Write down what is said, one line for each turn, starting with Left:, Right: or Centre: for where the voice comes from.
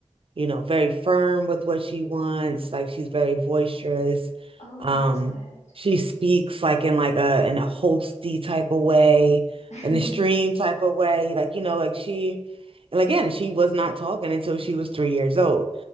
Right: you know, very firm with what she wants. Like she's very boisterous.
Left: Oh,
Right: Um,
Left: that's good.
Right: she speaks like in like a in a hosty type of way,
Left: <laughs>
Right: an extreme type of way. Like, you know, like she and again, she was not talking until she was three years old.